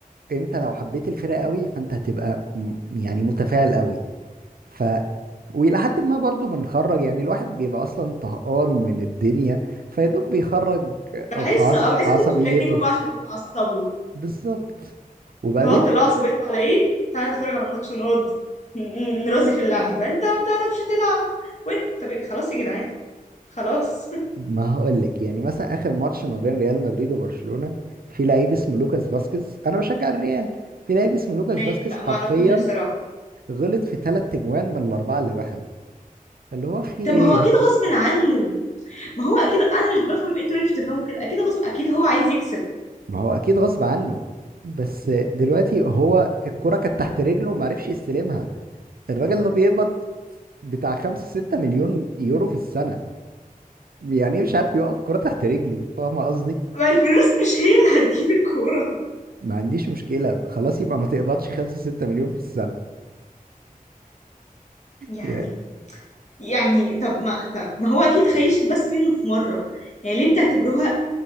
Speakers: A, on the right; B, on the left.
A: انت لو حبيت الفرقه قوي فانت هتبقى م- يعني متفاعل قوي ف والى حد ما برضو بنخرج يعني الواحد بيبقى اصلا طهقان من الدنيا فيدوب بيخرج
B: بحس
A: عص-
B: اه بحس
A: عصبيته
B: انتوا بتتلككوا بقى عشان تتعصبوا
A: بالظبط وبعدين
B: اللي هو طلعوا عصبيتكم على ايه تعالى نتفرج على ماتش ونقعد ن- ن- نرازي في اللعيبة انت ما بتعرفش تلعب وانت طب إيه؟ خلاص يا جدعان خلاص
A: ما هقولك يعني مثلا اخر ماتش ما بين ريال مدريد وبرشلونة في لعيب اسمه لوكاس فاسكيز انا بشجع الريال في لعيب اسمه
B: <laughs>
A: لوكاس
B: ماشي
A: فاسكيز
B: لا
A: حرفيا
B: ما اعرفوش الصراحة
A: غلط في ثلاث تجوان من الاربعه اللي دخلوا فاللي هو في ايه
B: طب ما هو
A: يا
B: اكيد
A: اسطى
B: غصب عنه ما هو اكيد انا مش بفهم انتوا ليه مش بتفهموا كده اكيد غصب اكيد هو عايز يكسب
A: ما هو اكيد غصب عنه بس دلوقتي هو الكرة كانت تحت رجله وما عرفش يستلمها الراجل ده بيقبض بتاع 5 6 مليون يورو في السنة يعني إيه مش عارف يوقف كرة تحت رجله فاهم قصدي
B: ما الفلوس مش هي اللي هتجيب الكورة
A: ما عنديش مشكلة خلاص يبقى ما تقبضش خمسة ستة مليون في السنة
B: <laughs> يعني
A: يعني
B: يعني طب ما طب ما هو اكيد خيشت بس منه في مره يعني ليه بتعتبروها